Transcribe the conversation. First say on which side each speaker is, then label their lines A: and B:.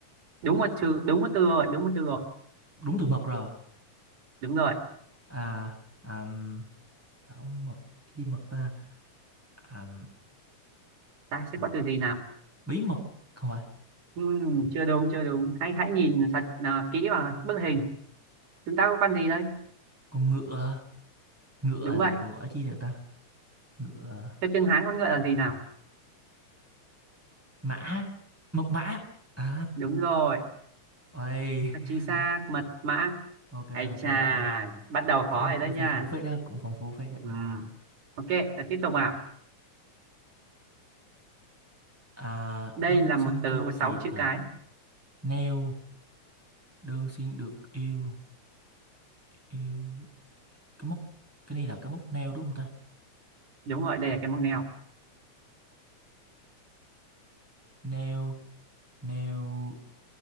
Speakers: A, on the right (about 80°); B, in the centre.
A: đúng một chữ đúng một từ rồi đúng một từ rồi
B: đúng từ mật rồi
A: đúng rồi
B: à àm, bảo mật cái gì mật ta à,
A: ta sẽ
B: mật
A: có từ gì nào
B: bí mật không phải
A: Ừm, chưa đúng chưa đúng hãy hãy nhìn thật à, kỹ vào bức hình chúng ta có con gì đây
B: con ngựa ngựa
A: đúng
B: là
A: vậy
B: còn gọi là chi nữa ta ngựa
A: theo tiếng Hán con ngựa là gì nào
B: mã mật mã à
A: đúng rồi
B: Ôi,
A: thật
B: <laughs>
A: chính xác mật mã
B: ok ok
A: ấy chà
B: ok
A: bắt đầu khó
B: cũng
A: rồi
B: cũng
A: đấy
B: phong
A: nha
B: phú phết đó cũng phong phú phết đó
A: Ừ. Ok, là tiếp tục à.
B: à
A: Đây
B: đơn
A: là
B: xin
A: một từ
B: thôi
A: có 6
B: việc
A: chữ
B: à
A: cái.
B: nail đơn xin được yêu yêu cái móc cái này là cái móc nail đúng không ta
A: Đúng rồi, đây là cái móc neo.
B: nail nail